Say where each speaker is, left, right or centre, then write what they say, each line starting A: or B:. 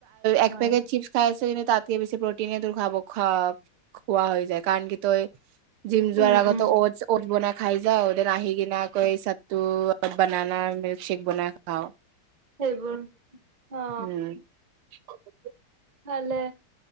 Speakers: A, on the right; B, on the right.
A: এক
B: হয়
A: পেকেট চিপছ খাই আছে ন। তাতকে বেছি প্ৰটিনে তোৰ খাব খ খোৱা হৈ যায় কাৰণ কি তই জিম যোৱাৰ
B: উম
A: আগত
B: উম
A: ঠ বনাই খাই যাও দেন আহি কিনা আকৌ এই চাদটো বনানা মিল্কশ্বেক বনাই খাও।
B: সেইবোৰ অ!
A: উম <unintelligible>
B: ভালে।